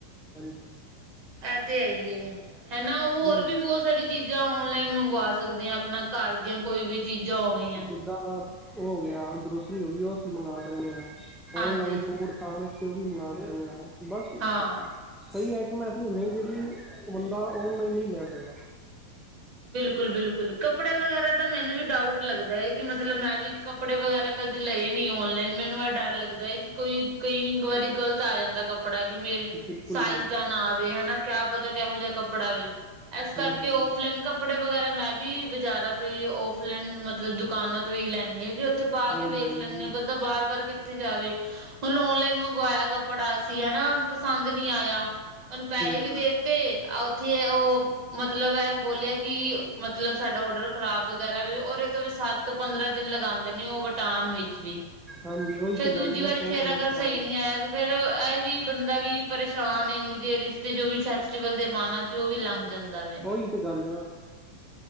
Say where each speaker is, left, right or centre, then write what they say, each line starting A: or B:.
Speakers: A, in the centre; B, on the right.
A: ਹਲਜੀ <unintelligible>
B: ਇਹ ਤੇ ਹੈਈਏ ਹਨਾ ਉਹ ਹੋਰ
A: ਜੀ
B: ਵੀ ਬਹੁਤ ਸਾਰੀ ਚੀਜ਼ਾਂ ਔਨਲਾਈਨ ਮੰਗਵਾ ਸਕਦੇ ਹਾਂ ਆਪਣਾ ਘਰ ਦੀਆਂ ਕੋਈ ਵੀ ਚੀਜ਼ਾਂ ਹੋ ਗਈਆਂ
A: ਜਿੱਦਾ ਹੋ ਗਿਆ ਗਰੋਸਰੀ ਹੋ ਗਈ ਉਹ ਅਸੀਂ ਮੰਗਵਾ ਸਕਦੇ ਹਾਂ
B: ਹਾਂਜੀ
A: ਓਨਲਾਈਨ ਫੂਡ ਖਾਣ ਤੇ ਉਹ ਵੀ ਮੰਗਵਾ ਸਕਦੇ ਹਾਂ ਬਸ
B: ਹਾਂ
A: ਕਈ ਆਈਟਮਾਂ ਐਸੀ ਹੁੰਦੀਐਂ ਜਿਹੜੀ ਬੰਦਾ ਓਨਲਾਈਨ ਨਹੀਂ ਲੈ ਸਕਦਾ
B: ਬਿਲਕੁਲ ਬਿਲਕੁਲ ਕੱਪੜੇ ਵਗੈਰਾ ਤਾਂ ਮੈਨੂੰ ਵੀ ਡਾਊਟ ਲੱਗਦੈ ਕਿ ਮਤਲਬ ਮੈਂ ਵੀ ਕੱਪੜੇ ਵਗੈਰਾ ਕਦੇ ਲਏ ਨੀ ਔਨਲਾਈਨ ਮੈਨੂੰ ਐ ਡਰ ਲੱਗਦੈ ਕਿ ਕੋਈ ਕਈ ਵਾਰੀ ਗ਼ਲਤ ਆ ਜਾਂਦਾ ਕੱਪੜਾ ਕਿ ਮੇਰੇ
A: ਬਿਲਕੁਲ
B: ਸਾਈਜ਼
A: ਜੀ
B: ਦਾ ਨਾਂਵੇ ਹਨਾ ਕਿਆ ਪਤਾ ਕਿਹੋ ਜਿਹਾ ਕੱਪੜਾ ਵੇ ਇਸ ਕਰਕੇ
A: ਹਾਂਜੀ ਹਾਂਜੀ
B: ਉਹ ਕੱਪੜੇ ਵਗੈਰਾ ਮੈਂ ਵੀ ਬਜ਼ਾਰਾਂ ਤੋਂ ਹੀ ਔਫਲਾਈਨ ਮਤਲਬ ਦੁਕਾਨਾਂ ਤੋਂ ਹੀ ਲੈਂਨੀ ਹਾਂ ਕਿ ਉੱਥੇ ਪਾ
A: ਹਾਂਜੀ
B: ਕੇ ਵੇਖ
A: ਹਾਂਜੀ
B: ਲੈਂਨੀ
A: ਹਾਂਜੀ
B: ਹਾਂ ਬੰਦਾ ਬਾਰ ਬਾਰ ਜਾਵੇ ਹੁਣ ਓਨਲਾਈਨ ਮੰਗਵਾਇਆ ਕੱਪੜਾ ਅਸੀਂ ਹਨਾ ਪਸੰਦ ਨੀ ਆਇਆ ਉਹਨੂੰ ਪੈਹੇ ਵੀ
A: ਹਾਂਜੀ
B: ਦੇਤੇ ਆ ਉੱਥੇ ਉਹ ਮਤਲਬ ਹੈ ਬੋਲਿਆ ਕਿ ਮਤਲਬ ਸਾਡਾ ਔਡਰ ਖਰਾਬ ਵਗੈਰਾ ਵੀ ਔਰ ਇਹ ਤੋਂ ਵੀ ਸੱਤ ਪੰਦਰਾਂ ਦਿਨ ਲਗਾਉਂਦੇ ਨੇ ਉਹ ਤਾਨ ਵਿੱਚ ਵੀ
A: ਹਾਂਜੀ ਉਹੀ
B: ਫਿਰ
A: ਤਾਂ
B: ਦੂਜੀ
A: ਗੱਲ ਹੈ
B: ਵਾਰੀ
A: ਨਾ ਟਾਈਮ
B: ਫੇਰ
A: ਬਹੁਤ
B: ਅਗਰ
A: ਖ਼ਰਾਬ
B: ਸਹੀ
A: ਹੁੰਦਾ
B: ਨੀ ਆਇਆ ਫਿਰ ਇਹ ਵੀ ਬੰਦਾ ਵੀ ਪਰੇਸ਼ਾਨ ਹੈ ਇੰਨੀ ਦੇਰ ਵਿੱਚ ਅਤੇ ਜੋ ਵੀ ਫੈਸਟੀਵਲ ਤੇ ਪਾਣਾ ਸੀ ਉਹ ਵੀ ਲੰਘ ਜਾਂਦਾ ਵਾ
A: ਉਹੀ ਤੇ ਗੱਲ ਹੈ ਨਾ।